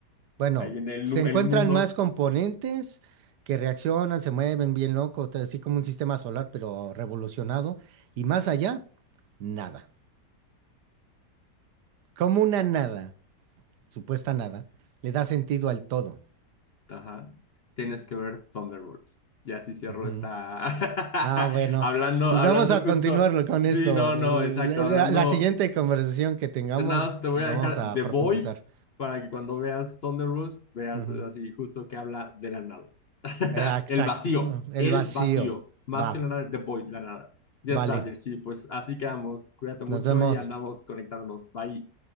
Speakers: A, on the right (about 75°); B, on the left (about 55°).
A: Bueno,
B: Ahí en el,
A: se encuentran
B: el mundo
A: más componentes que reaccionan, se mueven bien loco, así como un sistema solar, pero revolucionado. ¿Y más allá? Nada. Como una nada. supuesta nada le da sentido al todo.
B: Ajá. Tienes que ver Thunderbolts. Y así cierro
A: Ujú.
B: esta.
A: Ah, bueno,
B: <laughs> Hablando,
A: pues
B: hablando
A: vamos a
B: justo.
A: continuar con esto.
B: Sí, no,
A: Eh,
B: no, exacto.
A: La,
B: Hablando
A: la- la siguiente conversación que tengamos
B: de nada, te voy
A: la
B: a dejar
A: vamos a
B: The
A: profundizar.
B: Boy para que cuando veas Thunderbolts veas
A: Ujú.
B: así justo que habla de la nada. <laughs>
A: Eh, Exacto,
B: El vacío,
A: el
B: el
A: vacío.
B: vacío. Más
A: Va,
B: que la nada, The Boy, la nada. Ya
A: vale,
B: está, Jersey. Pues así quedamos. Cuídate mucho
A: nos vemos.
B: y andamos conectándonos. Bye.